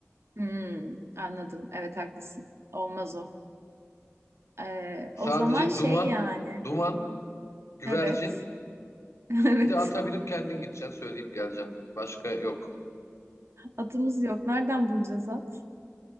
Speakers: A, on the right (about 60°); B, on the left (about 70°).
A: Hmm, anladım. Evet haklısın. Olmaz o. Ee,
B: Sadece
A: o zaman şey
B: duman,
A: yani.
B: duman, güvercin
A: Evet. <laughs> Evet.
B: Bir de ata binip kendin gideceksin, söyleyip geleceksin. Başka yok.
A: Atımız yok. Nereden bulacağız at?